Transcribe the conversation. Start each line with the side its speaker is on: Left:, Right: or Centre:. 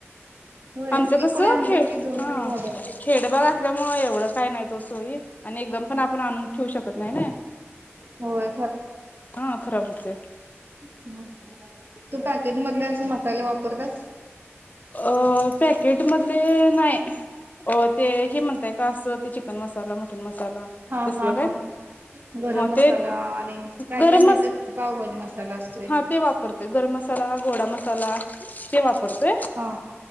Right: होय
Left: आमचं कस
Right: एक पुढे आणले
Left: खेळ
Right: की दोन
Left: हा
Right: वेळ भाजवतात
Left: खेडबाग असल्यामुळे एवढं काय नाहीत ओ सोई आणि एकदम पण आपण आणुन ठेवू शकत नाही ना?
Right: होय
Left: हा खराब होते.
Right: हं तू पॅकेट मधले असे मसाले वापरतेस?
Left: अ पॅकेटमधले नाही. अ ते हे म्हणताय का? असं, ते चिकन मसाला, मटण मसाला
Right: हा
Left: तसला
Right: हा
Left: काय?
Right: हा गरम
Left: हो
Right: मसाला
Left: ते
Right: आणि काय
Left: गरम
Right: काय मिळतात की पावभाजी मसाला असतोय
Left: हा ते वापरते गरम मसा ला, गोडा मसाला ते वाप रते.
Right: हा